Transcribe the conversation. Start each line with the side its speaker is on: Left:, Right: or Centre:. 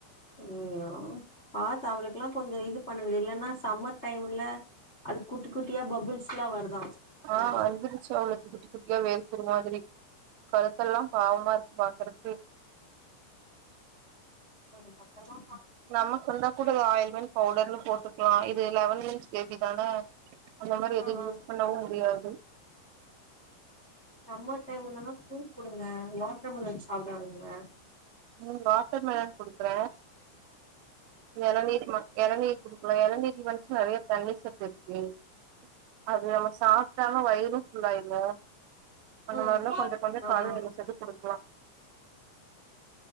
Left: ஓ பாத்து அவக்கெல்லா கொஞ்ச இது பண்ணுங்க இல்லன்னா சம்மர் டைம்ல அது குட்டி குட்டியா பபுள்ஸ்ல்லா வருதா
Right: ஆ
Left: மேல
Right: வந்துருச்சு அவங்களுக் குட்டி குட்டியா வேறுக்குரு மாதிரி கழுத்தெல்லா பாவமா இருக்கு பாக்குறதுக்கே
Left: ம் அப்றோ
Right: நமக்கு வந்தா கூட ஆயில்மென்ட் பவுடர்னு போட்டுக்கலா இது லெவன் மந்த் பேபி தான அந்த மாதிரி இது
Left: ஆ ஆ
Right: யூஸ் பண்ணவு முடியாது
Left: சம்மர் டைம்லா ப்ரூட் கொடுங்க வாட்டர் மெலன் சாப்பிட விடுங்க
Right: உம் வாட்டர் மெலன் குடுக்குற இளநீர் இளநீர் குடுக்கலா இளநீர் வந்துச்சு நிறைய தண்ணிர் சத்து இருக் அது நம்ம சாப்ட்டாலு வயிறு ஃபுல்ல ஆயிரு அந்த
Left: ம்
Right: மாரிலா கொஞ்ச கொஞ்ச
Left: ஆமா
Right: காலைல எந்திச்சது கொடுக்கலா